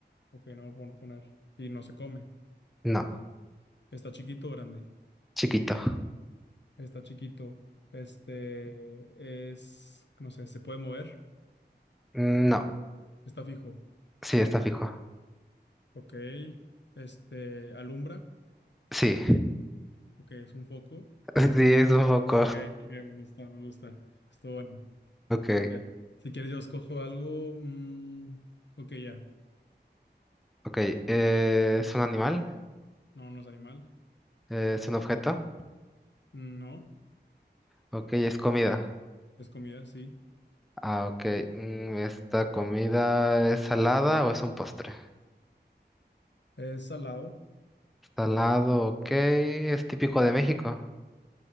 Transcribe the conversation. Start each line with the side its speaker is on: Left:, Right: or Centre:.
Left: Ok, no me lo puedo poner. Y no se come.
Centre: No,
Left: ¿Está chiquito o grande?
Centre: chiquito.
Left: Está chiquito. Este, es, no sé, ¿se puede mover?
Centre: No,
Left: Está fijo.
Centre: sí, está fijo.
Left: Ok. Este, ¿alumbra?
Centre: Sí.
Left: Ok, es un foco.
Centre: <laughs> Sí, es un poco.
Left: Ok, ok, me gusta, me gusta. Estuvo bueno.
Centre: Ok,
Left: A ver, si quieres yo escojo algo. mm, ok, ya.
Centre: ok. eh, ¿es un animal?
Left: No, no es animal.
Centre: Eh, ¿es un objeto?
Left: No,
Centre: Ok, es comida.
Left: es comida, sí.
Centre: Ah, ok. mm, ¿esta comida es salada o es un postre?
Left: Es salado.
Centre: Salado, ok. Es típico de México.